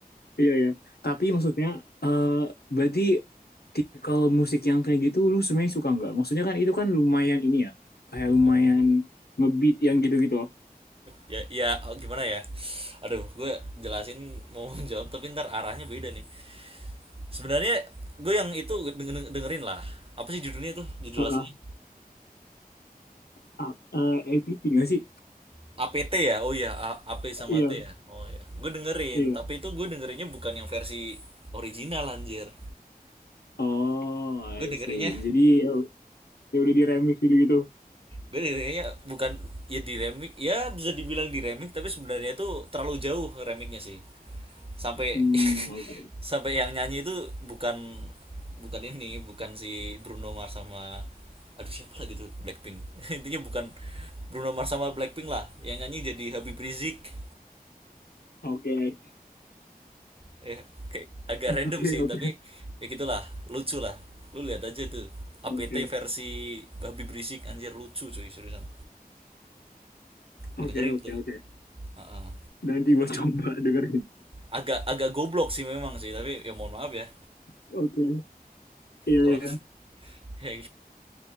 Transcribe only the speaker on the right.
Oh.
Ya ya oh, gimana ya? Aduh, gue jelasin mau <laughs> jawab tapi ntar arahnya beda nih. Sebenarnya gue yang itu dengerin lah. Apa sih judulnya tuh? Judul
aslinya?
APT ya? Oh iya, A- P sama
T ya. Oh iya. Gue dengerin,
tapi itu gue dengerinnya bukan yang versi original anjir.
Gue dengerinnya
gue dengernya bukan ya di remix ya bisa dibilang di remix tapi sebenarnya itu terlalu jauh remixnya sih sampai
<laughs>
sampai yang nyanyi itu bukan bukan ini bukan si Bruno Mars sama aduh siapa lagi tuh Blackpink <laughs> intinya bukan Bruno Mars sama Blackpink lah yang nyanyi jadi Habib Rizik
ya kayak agak
random sih tapi
ya gitulah lucu lah lu lihat aja tuh
APT versi Habib Rizik anjir lucu cuy seriusan dengerin
tuh
Heeh.
agak agak goblok sih memang sih tapi ya mohon maaf ya
kalau
<laughs> ya